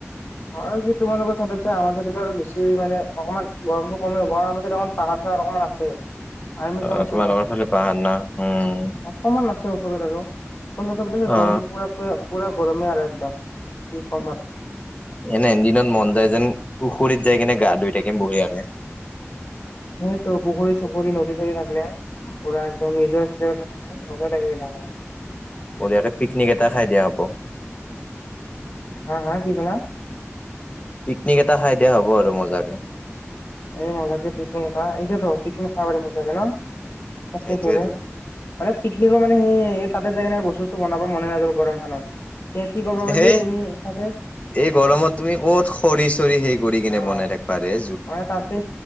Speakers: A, on the left; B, on the left.
A: ন কি তোমালোকৰ চ আম বেছি মানে অকমান গৰমতটো কমে- বাগান চগান অকমান আছে। আমি
B: অ
A: কম আছে
B: তোমালোকৰ
A: ন
B: ফালে পাহাৰ না উম
A: অকমান আছে। ষ <unintelligible> পোন্ধৰ <unintelligible> দগৰমটো
B: অ
A: প পুৰা গৰমে আৰু একদম কি কম আৰু
B: এনে দিনত মন যায় যেন পুখুৰীত যাই কিনে গা ধুই থাকিম বঢ়িয়াকে।
A: সেই তোৰ পুখুৰী, চুখুৰী নদী, চদী থাকলে পোৰা একদম নিজৰ- লগা লাগিলে <unintelligible> আমাৰ
B: বঢ়িয়াকে পিকনিক এটা খাই দিয়া হ'ব
A: হা হা কি কলা।
B: পিকনিক এটা খাই দিয়া হ'ব আৰু মজাকে-
A: এই মজা কে পিকনিক এটা এইটোত পিকনিক খ মজাছে ন তাকেই
B: সেইটোয়েতো
A: তো ৰে মানে। পিকনিকৰ মানে সেই তাতে যায় কিনে বস্তুটো বনাব মনে নাযাব গৰম খনত- কি কি কবা পাৰি
B: হে
A: তুমি ততে
B: এই গৰমত তুমি ক'ত খৰি চৰি হেই কৰি কিনে
A: অ
B: বনাই থাক পাৰে।
A: মানে তাতে